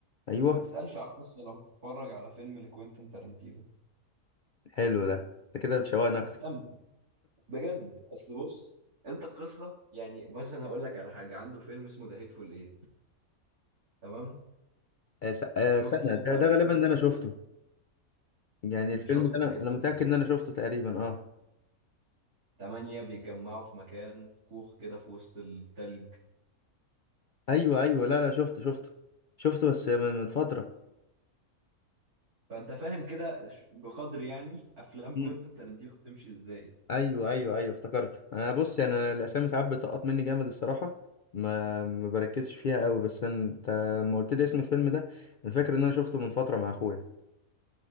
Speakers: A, on the left; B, on the right.
A: ايوه
B: ما تسألش على القصة لو هتتفرج على فيلم لكوينتين تارانتينو
A: حلو ده انت كده بتشوقني اكتر
B: استمتع بجد أصل بص انت القصة يعني مثلا هقول لك على حاجة عنده فيلم اسمه ذا هيتفول ايت تمام
A: آه س- آه،
B: شفته
A: سنه
B: ده انت
A: ده
B: قبل
A: ده غالبا
B: كده
A: ده انا شفته يعني
B: انت
A: الفيلم
B: شفت
A: ده انا
B: ده هيحصل
A: انا متاكد
B: ايه
A: ان انا شفته تقريبا اه
B: تمانية بيتجمعوا في مكان في كوخ كده في وسط التلج
A: ايوه ايوه لا لا شفته شفته شفته بس من من فتره
B: فانت فاهم كده ش- بقدر يعني افلام كوينتن
A: مم.
B: تارانتينو بتمشي ازاي
A: ايوه ايوه ايوه افتكرت انا بص يعني انا الاسامي ساعات بتسقط مني جامد الصراحه ما ما بركزش فيها قوي بس انت لما قلت لي اسم الفيلم ده انا فاكر ان انا شفته من فتره مع اخويا